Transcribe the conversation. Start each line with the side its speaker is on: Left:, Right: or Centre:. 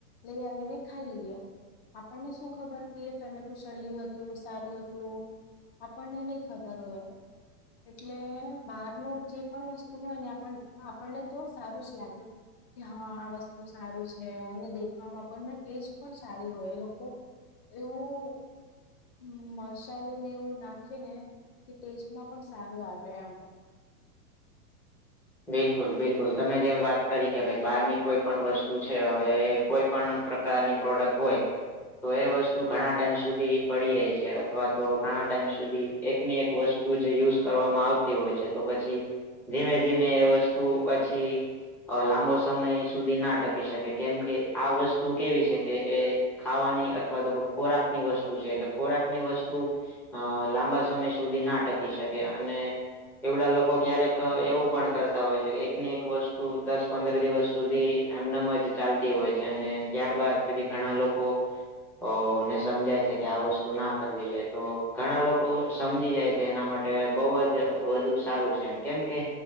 Left: લઈ આવીને ખાઈ લઈએ આપણને શું ખબર કે ટમેટું સળેલું હતું સારું હતું આપણને નઈ ખબર હોય એટલે બારનું જે પણ વસ્તુ હોય ને આપણને તો સારું લાગે કે હા વસ્તુ સારું છે અને દેખવામાં પણ ને ટેસ્ટ પણ સારી હોય એ લોકો એવું હ મસાલો ને એવું નાખે ને કે ટેસ્ટમાં પણ સારું આવે એમ- -
Centre: બિલકુલ બિલકુલ તમે જેમ વાત કરી કે ભાઈ બહારની કોઈ પણ વસ્તુ છે હવે કોઈ પણ- - પ્રકારની પ્રોડક્ટ હોય. તો એ વસ્તુ ઘણા ટાઈમ સુધી પડી રહે છે અથવા તો ઘણા ટાઈમ સુધી એકની એક વસ્તુ જે યુઝ કરવામાં આવતી હોય છે તો પછી ધીમે ધીમે એ વસ્તુ પછી અ લાંબો સમય સુધી ના ટકી શકે કેમ કે આ વસ્તુ કેવી છે કે એ ખાવાની અથવા તો ખોરાક ની વસ્તુ છે એટલે ખોરાકની વસ્તુ અ લાંબા સમય સુધી ના ટકી શકે અને એવડા લોકો ક્યારેક એવું પણ કરતા હોય છે એક ને એક વસ્તુ દસ પંદર દિવસ સુધી એમને એમ જ ચાલતી હોય છે અને ત્યાર બાાદ પછી ઘણા લોકો અ ને સમજાય છે કે આ વસ્તુ ના કરવી જોઈ તો ઘણા લોકો સમજી જાય જે એના માટે બહુ જ વધુ સારું છે કેમ કે